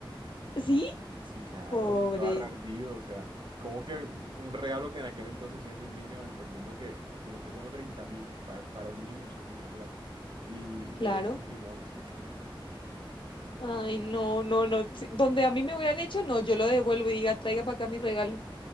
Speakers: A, on the left; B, on the right.
A: sí,
B: Sí, claro,
A: pobre,
B: yo estaba re ardido, o sea, como que un un regalo que en aquel entonces siendo un niño, entendiendo que me costó como treinta mil, para, para un niño eso es mucha plata, y, y
A: claro.
B: me dieron un limón, o sea, ¿qué es eso?
A: Ay, no, no, no. sí, Donde a mí me hubieran hecho, no, yo lo devuelvo y diga, traiga para acá mi regalo.